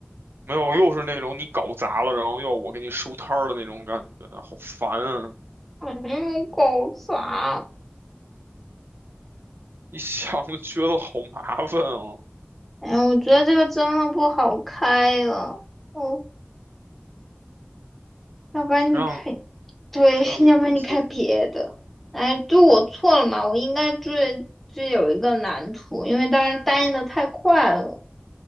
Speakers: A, on the right; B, in the centre.
A: 没有，又是那种你搞砸了，然后要我给你收摊儿的那种感觉，好烦啊！
B: 嗯，搞烦。
A: 一想就觉得好麻烦啊，
B: 哎呀，我觉得这个真的不好开了，哦，要不然你开，
A: 谁让
B: 对，
A: 谁让你每次谁
B: <laughs> 要不然你开别的。哎，就我错了嘛，我应该追追有一个蓝图，因为当时答应的太快了。